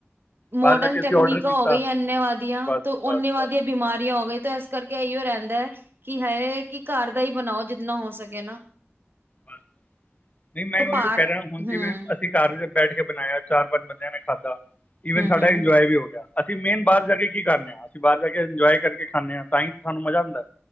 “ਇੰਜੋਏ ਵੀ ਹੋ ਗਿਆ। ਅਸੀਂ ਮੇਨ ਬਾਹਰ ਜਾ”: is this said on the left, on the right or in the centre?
Left